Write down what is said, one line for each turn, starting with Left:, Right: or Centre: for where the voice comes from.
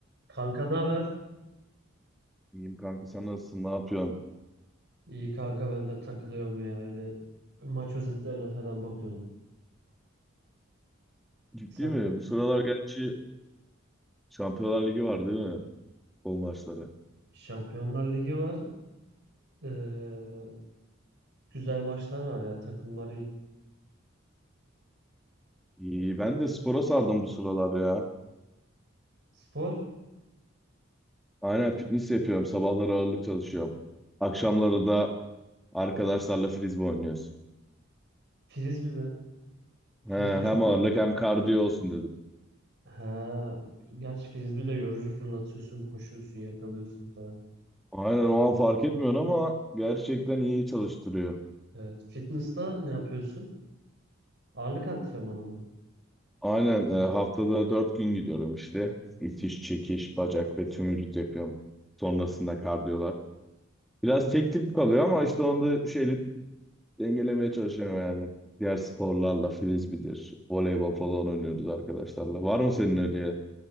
Right: Kanka ne haber?
Centre: İyiyim kanka sen nasılsın? Ne yapıyorsun?
Right: İyi kanka ben de takılıyorum ya öyle maç özetlerine falan bakıyordum.
Centre: Ciddi
Right: Sen
Centre: mi? Bu sıralar gerçi Şampiyonlar Ligi var değil mi? Futbol maçları.
Right: Şampiyonlar Ligi var. Ee, güzel maçlar var ya takımlar iyi.
Centre: İyi. Ben de spora sardım bu sıralar ya.
Right: Spor
Centre: Aynen fitness yapıyorum. Sabahları ağırlık çalışıyorum. Akşamları da arkadaşlarla frisbee oynuyoruz.
Right: frisbee mi?
Centre: He,
Right: Frisbee
Centre: hem
Right: çok
Centre: ağırlık hem kardiyo olsun dedim.
Right: ha gerçi frisbee de yorucu fırlatıyorsun, koşuyorsun, yakalıyorsun falan.
Centre: Aynen o an fark etmiyorsun ama gerçekten iyi çalıştırıyor.
Right: Evet. Fitness'ta ne yapıyorsun? Ağırlık antrenmanı mı?
Centre: Aynen e, haftada dört gün gidiyorum işte. İtiş, çekiş, bacak ve tüm vücut yapıyorum. Sonrasında kardiyolar. Biraz tek tip kalıyor ama işte onda şeyle dengelemeye çalışıyorum yani. Diğer sporlarla frisbee'dir, voleybol falan oynuyoruz arkadaşlarla. Var mı senin öyle